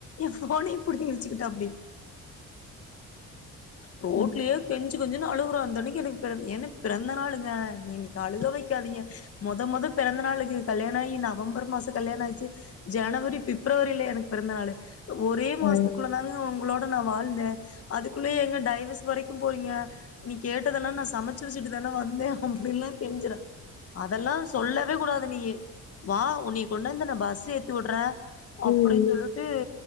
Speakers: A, on the left (about 50°); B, on the left (about 75°).
A: என் போனயு புடிங்கி வேச்சுக்கிட்டப்படி ரோட்லியே
B: ம்
A: கெஞ்ச கொஞ்ச அழுறக்கு எனக்கு பிற என பிறந்த நாளுங்க நீக்கு அழுக வைக்காதீங்க மொத மொத பிறந்த நாளுக்கு கல்யாண ஆகி நவம்பர் மாசம் கல்யாண ஆயிச்சு ஜனவரி பிப்ரவரியில எனக்கு பிறந்த நாளு ஒரே
B: ஆ
A: மாசத்துக்குள்ள தாங்க உங்களோட நான் வாழ்ந்தே அதுக்குள்ளயே எங்க டைவர்ஸ் வரைக் போறீங்க நீ கேட்டதெல்லா நா சமைச்சு வச்சுட்டு தானே வந்தே அப்படின்னுல்லா கேஞ்சறே அதெல்லா சொல்லவே கூடாது நீ வா உன்னை கொண்டாந்து நா பஸ் ஏத்தி விடுறே
B: ம்
A: அப்படின்னு சொல்லிட்டு